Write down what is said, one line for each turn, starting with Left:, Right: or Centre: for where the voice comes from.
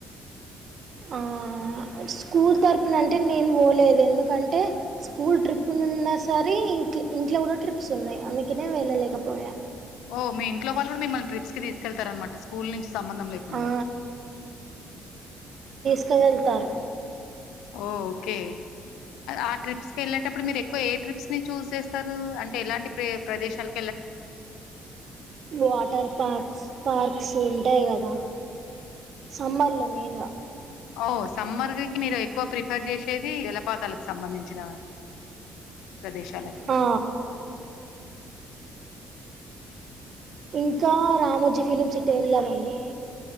Right: ఆ స్కూల్ తర్పున అంట్ టే నేను పోలేదు ఎందుకంటే స్కూల్ ట్రిప్ నున్న సారి ఇం ఇంట్లో కూడా ట్రిప్స్ ఉన్నాయి అందుకనే వెళ్ళలేకపోయా.
Left: ఓ మీ ఇంట్ వాళ్ళు మిమ్మల్ ట్రిప్స్ కి తీకెళ్తారనమాట స్కూల్ నుంచి సంబంధము లేకుండా
Right: ఆ క్క వెళ్తారు
Left: ఓ ఓకే ఆ ట్రిప్స్ కి వెళ్ళేటప్పుడు మీరు ఎక్కువ ఏ ట్రిప్స్ ని చూస్ చేస్తారు అంటే ఎలాంటి ప్రే ప్రదేశాలు
Right: వాటర్ పార్క్స్, పార్క్స్ ఉ టాయి కదా సమ్మర్లో మెయిన్గా
Left: ఓ సమ్మర్కి మీరు ఎక్కువ ప్రిఫర్ చేసేది జలపాతాలకు సంబంధించినవ ప్రదేశాలకు
Right: ఆ ఇంకా రామోజీ ఫిలిమ్ సిటీ వెళ్దామండి.